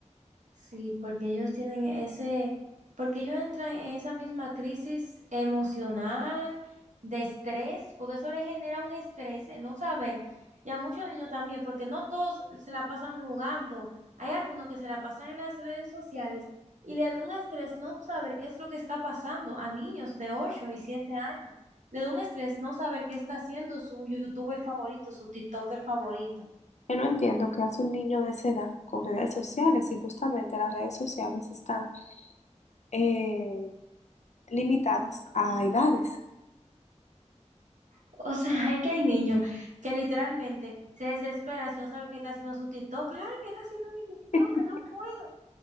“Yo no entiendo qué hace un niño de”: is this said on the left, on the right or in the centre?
Left